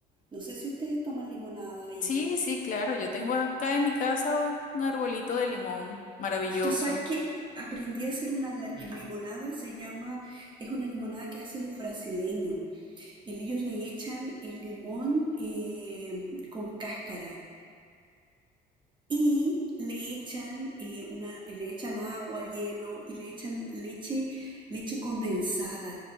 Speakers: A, on the right; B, on the left.
A: No sé si ustedes toman limonada ahí.
B: Sí, sí, claro, yo tengo acá en mi casa un arbolito de limón maravilloso.
A: Tú sabes que aprendí a hacer una la- limonada, se llama, es una limonada que hacen los brasileños. Y ellos le echan el limón eh, con cáscara. y le echan, eh, una, le echan agua, hielo y le echan leche, leche condensada